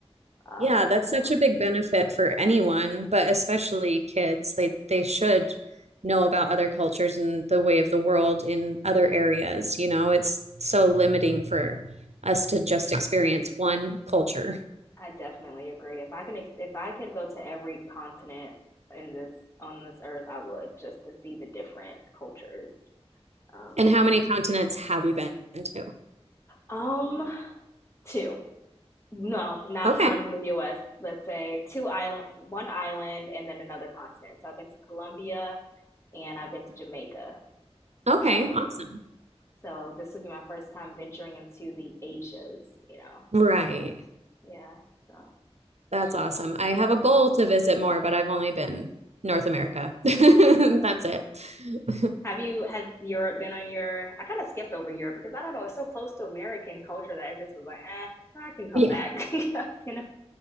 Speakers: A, on the left; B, on the right.
A: Um,
B: Yeah, that's
A: so
B: such a big benefit for anyone, but especially
A: mhm.
B: kids. They they should know about other cultures and the way of the world in other areas. You know, it's so limiting for us to just experience one culture.
A: I definitely agree. If I can, if I could go to every continent in this on this earth, I would just to see the different cultures. Um,
B: And how many continents have you been to?
A: um, two. No, not
B: Okay.
A: counting the US. Let's say two island, one island, and then another continent. So I've been to Colombia and I've been to Jamaica.
B: Okay,
A: Um,
B: awesome.
A: so this would be my first time venturing into the Asias, you know.
B: Right.
A: But yeah, so
B: That's
A: it should
B: awesome.
A: be
B: I
A: exciting.
B: have a goal to visit more, but I've only been North America. <laughs> That's it. <laughs>
A: Have you has Europe been on your? I kind of skipped over Europe because I don't know. It's so close to American culture that I just was like, eh, I can come
B: Yeah.
A: back, <laughs> you know.